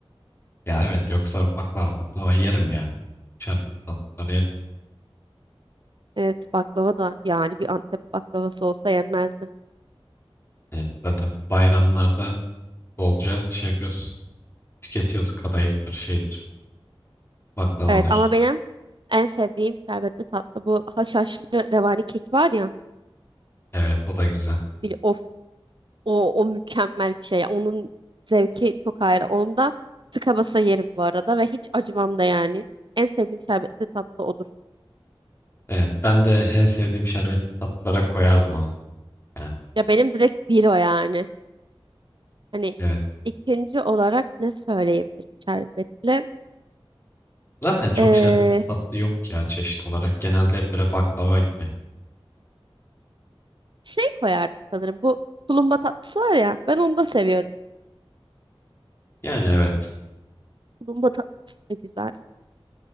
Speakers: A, on the left; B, on the right.
A: Ya evet yoksa baklava baklava yerim yani. Şerbet tatlıları yerim.
B: Evet, baklava da yani bir Antep baklavası olsa yenmez mi?
A: Evet, zaten bayramlarda bolca şey yapıyoruz. Tüketiyoruz. Kadayıftır şeydir. Baklavadır.
B: Evet ama benim en sevdiğim şerbetli tatlı bu haşhaşlı revani kek var ya.
A: Evet o da güzel.
B: Bir of o, o mükemmel bir şey. Onun zevki çok ayrı. Ondan tıka basa yerim bu arada ve hiç acımam da yani. En sevdiğim şerbetli tatlı odur.
A: Evet, ben de en sevdiğim şerbetli tatlılara koyardım onu. Yani
B: Ya benim direkt bir o yani. Hani
A: evet.
B: ikinci olarak ne söyleyebilirim şerbetli?
A: Zaten çok
B: Ee,
A: şerbetli tatlı yok ya çeşit olarak. Genelde hep böyle baklava gibi.
B: şey koyardım sanırım. Bu tulumba tatlısı var ya. Ben onu da seviyorum.
A: Yani evet.
B: Tulumba tatlısı da güzel.